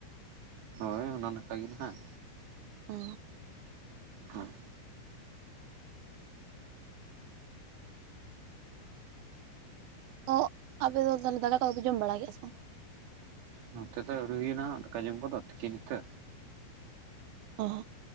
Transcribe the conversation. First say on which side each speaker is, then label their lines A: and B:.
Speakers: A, on the right; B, on the right.
A: ᱦᱳᱭ ᱚᱱᱟ ᱱᱟᱠᱷᱟ ᱜᱮ ᱱᱟᱦᱟᱜ᱾
B: ᱚᱻ᱾
A: ᱦᱳᱭ
B: ᱚ ᱟᱯᱮ ᱫᱚ ᱛᱟᱦᱚᱞᱮ ᱫᱟᱠᱟ ᱠᱚᱫᱚ ᱯᱮ ᱡᱚᱢ ᱵᱟᱲᱟ ᱠᱮᱜ-ᱟ ᱥᱮ ᱵᱟᱝ?
A: ᱱᱚᱱᱛᱮ ᱫᱚ ᱟᱹᱣᱨᱤ ᱦᱩᱭᱮᱱᱟ ᱫᱟᱠᱟ ᱡᱚᱢ ᱠᱚᱫᱚ ᱛᱤᱠᱤᱱ ᱩᱛᱟᱹᱨ᱾
B: ᱚᱦ